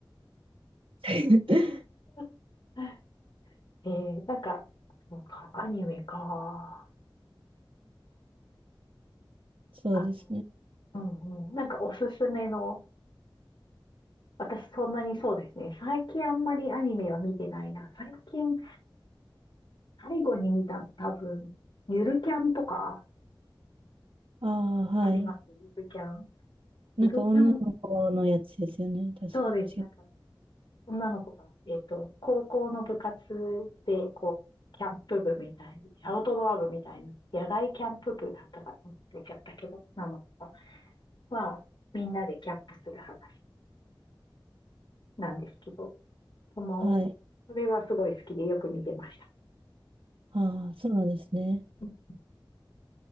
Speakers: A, on the right (about 80°); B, on the left (about 60°).
A: <laughs>
B: <laughs> えー、なんか、そうか、アニメか。
A: そうですね。
B: あの、うんうん。なんかおすすめの、私そんなにそうですね。最近あんまりアニメは見てないな。最近、最後に見たの多分、ゆるキャンとか、
A: ああ、
B: わかりますゆるキャン
A: はい。なんか女の子のやつですよね。
B: ゆるキャン
A: 確か。
B: そうです。なんか
A: 違う。
B: 女の子が、えっと、高校の部活で、こう、キャンプ部みたいに、アウトドア部みたいな、野外キャンプ部だったかな忘れちゃったけど、名前は。まあみんなでキャンプする話なんですけど、その、
A: はい。
B: それはすごい好きでよく見てました。
A: ああ、そうなんですね。
B: うん